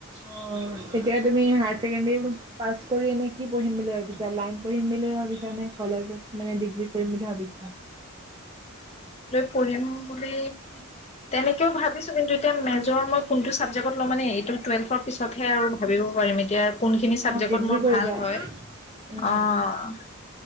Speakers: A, on the right (about 20°); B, on the left (about 30°).
A: অ', এতিয়া তুমি হায় ছেকেণ্ডাৰী পাছ কৰি এনে কি পঢ়িম বুলি ভাবিছা? লাইন পঢ়িম বুলি ভাবিছা নে কলেজত মানে ডিগ্ৰী কৰিম বুলি ভাবিছো?
B: কৰিম বুলি তেনেকে ভাবিছ তো কিন্তু এতিয়া মেজৰ মই কোনটো ছাবজেক্টত ল'ম মানে এইটো টুৱেলভৰ পিছতহে আৰু ভাবিব পাৰিম, এতিয়া কোনখিনি চাবজেকত
A: অ ডিগ্ৰী
B: মোৰ
A: কৰিবা।
B: ভাল হয়।
A: উম
B: অ',